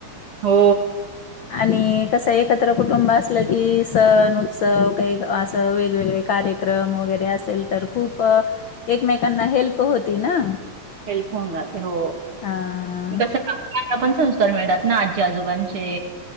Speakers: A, on the right (about 45°); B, on the left (about 65°).
A: हो.
B: आणि कसं एकत्र कुटुंब असलं की सण उत्सव काही असं वेगवेगळे कार्य क्रम वगरे असेल तर खूप एकमेकांना हेल्प होती ना.
A: हेल्प होऊन जाते हो
B: हा
A: कस <unintelligible> आपण संस्कार मिळतात ना आजी आजोबांचे.